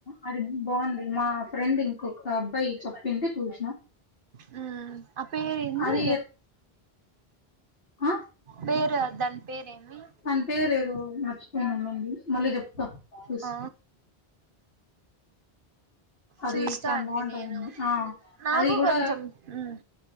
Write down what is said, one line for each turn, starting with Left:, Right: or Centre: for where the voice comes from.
Left: అది బావుంది మా ఫ్రెండ్ ఇంకొక అబ్బాయి చెప్పింటే చూసిన
Right: హ్మ్ ఆ పేరు ఏంది
Left: అది ఆ
Right: పేరా దాని పేరేమి
Left: తను పేరు ఏదో మర్చిపోయానండి మళ్ళీ చెప్తా చూసి
Right: ఆ
Left: అది
Right: చూస్తా
Left: చాలా
Right: అండి
Left: బాగుంటదండి
Right: నేను
Left: ఆ
Right: నాకు
Left: అది కూడా
Right: కొంచెం హ్మ్